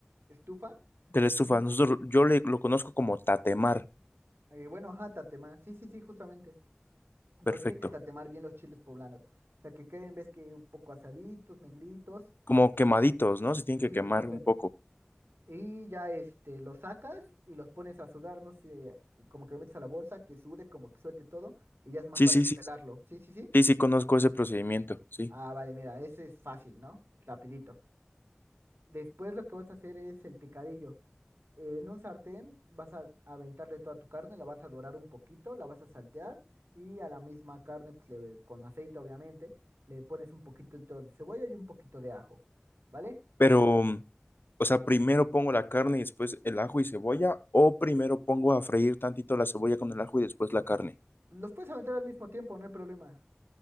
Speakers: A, on the right; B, on the left.
A: estufa.
B: De la estufa,
A: Y
B: nosotros, yo le, lo conozco como tatemar.
A: eh, bueno, ajá, tatemar. Sí, sí, sí, justamente. Entonces
B: Perfecto.
A: tienes que tatemar bien los chiles poblanos. O sea, que queden, ves que un poco asaditos, negritos.
B: Como quemaditos, ¿no? Se tienen que
A: Sí,
B: quemar
A: justamente.
B: un poco.
A: Y ya este, los sacas y los pones a sudar, no sé, como que lo metes a la bolsa, que sude, como que suelte todo, y ya es más
B: Sí,
A: fácil
B: sí, sí.
A: pelarlo. Sí, sí, sí.
B: Sí, sí, conozco ese procedimiento, sí.
A: Ah, vale, mira, ese es fácil, ¿no? Rapidito. Después lo que vas a hacer es el picadillo. Eh, en un sartén vas a aventarle toda tu carne, la vas a dorar un poquito, la vas a saltear y a la misma carne, pues, le- con aceite obviamente, le pones un poquito de cebolla y un poquito de ajo, ¿vale?
B: Pero, mm, o sea, primero pongo la carne y después el ajo y cebolla, o primero pongo a freír tantito la cebolla con el ajo y después la carne.
A: Los puedes aventar al mismo tiempo, no hay problema.